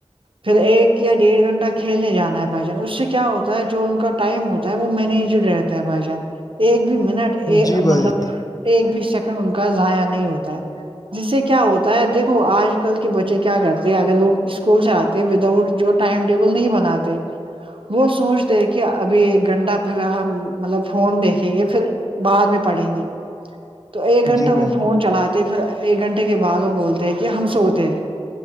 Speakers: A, on the right; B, on the left.
A: پھر ایک یا ڈیڑھ گھنٹہ کھیلنے جانا ہے بھائی جان اس سے کیا ہوتا ہے جو ان کا ٹائم ہوتا ہے وہ مینیج رہتا ہے بھائی جان ایک بھی منٹ
B: جی بھائی
A: مطلب
B: جان
A: ایک بھی سیکنڈ ان کا ضیاء نہیں ہوتا ہے جس سے کیا ہوتا ہے دیکھو آج کل کے بچے کیا کرتے ہیں اگر وہ اسکول سے آتے وداؤٹ جو ٹائم ٹیبل نہیں بناتے وہ سوچتے ہیں کہ ابھی ایک گھنٹہ پہلا ہم مطلب فون دیکھیں گے پھر بعد میں پڑھیں گے
B: <inaudible>
A: تو ایک گھنٹہ
B: جی بھائی
A: وہ
B: جان
A: فون چلاتے پھر ایک گھنٹے کے بعد وہ بولتے ہیں کہ ہم سوتے ہیں